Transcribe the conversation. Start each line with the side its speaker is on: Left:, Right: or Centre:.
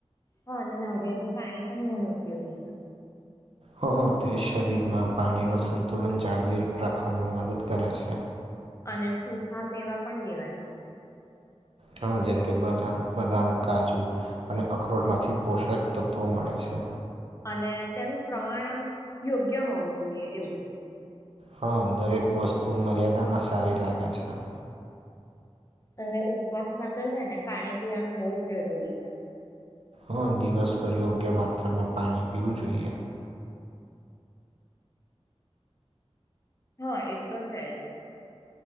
Left: હા અને નરિયળ નું પાણી પણ ઘણું ઉપયોગી છે.
Right: હઅ તે શરીરમાં પાણીનું સંતુલન જાળવી રાખવામાં મદદ કરે છે.
Left: અને સુખા મેવા પણ લેવાય છે.
Right: હ જેમ કે બદામ, બદામ, કાજુ અને અકરોડમાંથી પોષક તત્વો મળે છે.
Left: અને તેનું પ્રમાણ આમ યોગ્ય હોવું જોઈએ એવું.
Right: હા દરેક વસ્તુ મર્યાદામાં સારી લાગે છે.
Left: અને ઉપવાસ માં તો છે ને પાણી પીવાનું બહું જ જરૂરી છે
Right: હ દિવસભર યોગ્ય માત્રામાં પાણી પીવું જોઈએ.
Left: હા એ તો છે જ.